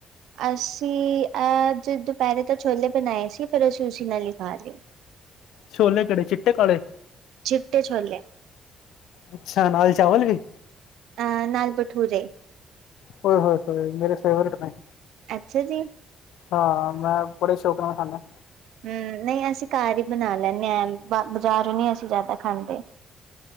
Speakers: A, on the right; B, on the left.
A: ਅਸੀਂ ਅੱਜ ਦੁਪਹਿਰੇ ਤਾਂ ਛੋਲੇ ਬਣਾਏ ਸੀ ਫਿਰ ਅਸੀਂ ਉਸੀ ਨਾਲ ਈ ਖਾਲੀ।
B: ਛੋਲੇ ਕਿਹੜੇ ਚਿੱਟੇ ਕਾਲੇ?
A: ਚਿੱਟੇ ਛੋਲੇ।
B: ਅੱਛਾ ਨਾਲ ਚਾਵਲ ਵੀ?
A: ਅ ਨਾਲ ਬਠੂਰੇ।
B: ਉਏ ਹੋਏ-ਹੋਏ ਮੇਰੇ ਫੇਵਰੇਟ ਨੇ।
A: ਅੱਛਾ ਜੀ।
B: ਹਾਂ, ਮੈਂ ਬੜੇ ਸ਼ੌਕ ਨਾਲ ਖਾਨਾ।
A: ਹੂੰ ਨਈ ਅਸੀਂ ਘਰ ਈ ਬਣਾ ਲੈਂਨੇ ਆ ਬਜ਼ਾਰੋਂ ਨੀ ਅਸੀਂ ਜਿਆਦਾ ਖਾਂਦੇ।